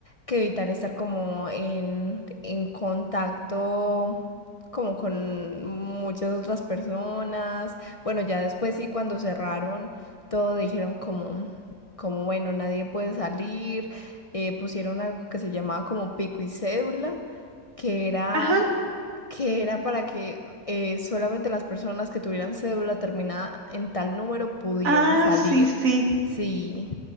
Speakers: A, on the left; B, on the right.
A: que evitar estar como en, en contacto como con muchas otras personas. Bueno, ya después sí, cuando cerraron, todo dijeron como, como bueno, nadie puede salir, eh, pusieron algo que se llamaba como pico y cédula que era
B: Ajá,
A: que era para que eh, solamente las personas que tuvieran cédula terminada en tal número pudieran
B: ah,
A: salir.
B: sí, sí,
A: Sí.